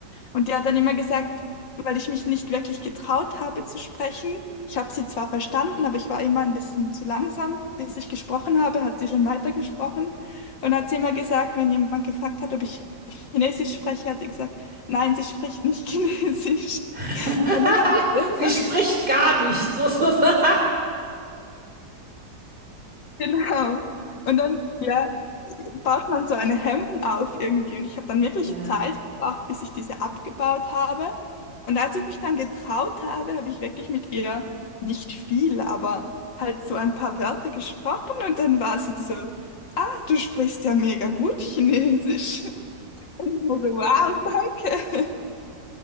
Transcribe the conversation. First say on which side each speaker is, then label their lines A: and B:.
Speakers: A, on the left (about 85°); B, on the right (about 25°).
A: Und die hat dann immer gesagt, weil ich mich nicht wirklich getraut habe zu sprechen. Ich habe sie zwar verstanden, aber ich war immer ein bisschen zu langsam. Bis ich gesprochen habe, hat sie schon weitergesprochen. Und hat sie immer gesagt, wenn jemand gefragt hat, ob ich Chinesisch spreche, hat sie gesagt, nein, sie spricht nicht <laughs> Chinesisch.
B: <laughs>
A: Und dann habe ich es irgendwann
B: Sie spricht gar nicht, <laughs> sozusagen.
A: <laughs> Genau. Und dann, ja, baut man so eine Hemmung auf irgendwie. Und ich habe dann wirklich
B: ja.
A: Zeit gebraucht, bis ich diese abgebaut habe. Und als ich mich dann getraut habe, habe ich wirklich mit ihr nicht viel, aber halt so ein paar Wörter gesprochen. Und dann war sie so, ah, du sprichst ja mega gut Chinesisch. <laughs> Und ich war so, wow, danke.